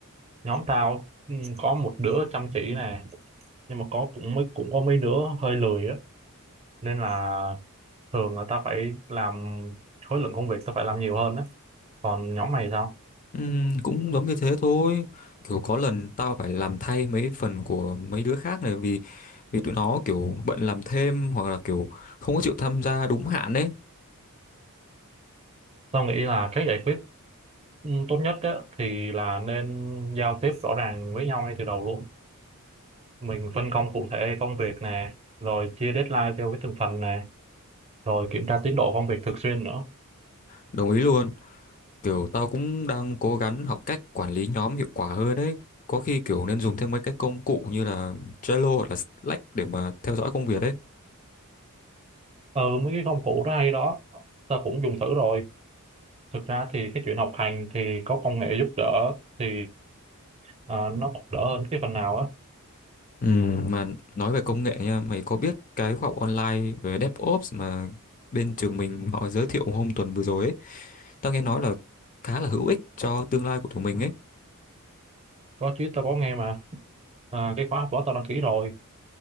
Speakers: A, on the right (about 30°); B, on the left (about 35°).
A: nhóm tao ừ, có một đứa chăm chỉ nè nhưng mà có cũng mấy cũng có mấy đứa hơi lười á nên là thường là tao phải làm khối lượng công việc tao phải làm nhiều hơn á còn nhóm mày sao
B: Ừm, cũng giống như thế thôi kiểu có lần tao phải làm thay mấy phần của mấy đứa khác này vì vì tụi nó kiểu bận làm thêm hoặc là kiểu không có chịu tham gia đúng hạn ấy
A: tao nghĩ là cái giải quyết ừ, tốt nhất á thì là nên giao tiếp rõ ràng với nhau ngay từ đầu luôn mình phân công cụ thể công việc nè rồi chia deadline theo cái từng phần nè rồi kiểm tra tiến độ công việc thường xuyên nữa
B: đồng ý luôn Kiểu tao cũng đang cố gắng học cách quản lý nhóm hiệu quả hơn đấy. Có khi kiểu nên dùng thêm mấy cái công cụ như là Trello hoặc là Slack để mà theo dõi công việc đấy.
A: ừ mấy cái công cụ đó hay đó tao cũng dùng thử rồi thực ra thì cái chuyện học hành thì có công nghệ giúp đỡ thì ờ, nó cũng đỡ hơn cái phần nào á
B: Ừ, mà nói về công nghệ nha, mày có biết cái khóa học online về DevOps mà bên trường mình họ giới thiệu hôm tuần vừa rồi ấy, tao nghe nói là khá là hữu ích cho tương lai của tụi mình ấy.
A: có chứ tao có nghe mà À, cái khóa học đó tao đăng ký rồi